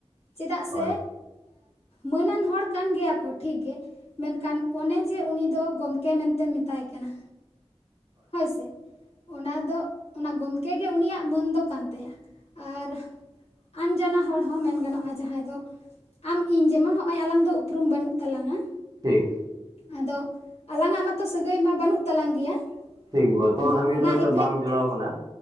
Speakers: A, on the left; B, on the right.
A: ᱪᱮᱫᱟᱜ
B: ᱦᱳᱭ
A: ᱥᱮ ᱢᱟᱹᱱᱟᱱ ᱦᱚᱲ ᱠᱟᱱ ᱜᱮᱭᱟ ᱠᱚ ᱴᱷᱤᱠ ᱜᱮ ᱢᱮᱱᱠᱷᱟᱱ ᱚᱱᱮ ᱡᱮ ᱩᱱᱤ ᱫᱚ ᱜᱚᱢᱠᱮ ᱢᱮᱱᱛᱮᱢ ᱢᱮᱛᱟᱭ ᱠᱟᱱᱟ ᱦᱳᱭ ᱥᱮ ᱚᱱᱟ ᱫᱚ ᱚᱱᱟ ᱜᱚᱢᱠᱮ ᱜᱮ ᱩᱱᱤᱭᱟᱜ ᱢᱟᱹᱱ ᱫᱚ ᱠᱟᱱ ᱛᱟᱭᱟ᱾ ᱟᱨ ᱟᱱᱡᱟᱱᱟ ᱦᱚᱲ ᱦᱚᱸ ᱢᱮᱱ ᱜᱟᱱᱚᱜᱼᱟ ᱡᱟᱦᱟᱸᱭ ᱫᱚ ᱟᱢ ᱤᱧ ᱡᱮᱢᱚᱱ ᱦᱚᱜᱼᱚᱭ ᱟᱞᱟᱝ ᱫᱚ ᱩᱯᱨᱩᱢ ᱵᱟᱹᱱᱩᱜ ᱛᱟᱞᱟᱝᱼᱟ᱾
B: ᱴᱷᱤᱠ
A: ᱟᱫᱚ ᱟᱞᱟᱝᱟᱜ ᱢᱟᱛᱚ ᱥᱟᱹᱜᱟᱹᱭ ᱢᱟ ᱵᱟᱹᱱᱩᱜ ᱛᱟᱞᱟᱝ ᱜᱮᱭᱟ᱾
B: ᱴᱷᱤᱠ ᱵᱚᱨᱛᱚᱢᱟᱱ
A: ᱟᱫᱚ
B: ᱦᱟᱹᱵᱤᱡ
A: ᱚᱱᱟ
B: ᱫᱚ
A: ᱤᱠᱷᱟᱹᱡ
B: ᱵᱟᱝ ᱡᱚᱲᱟᱣ
A: ᱛᱮ
B: ᱟᱠᱟᱱᱟ᱾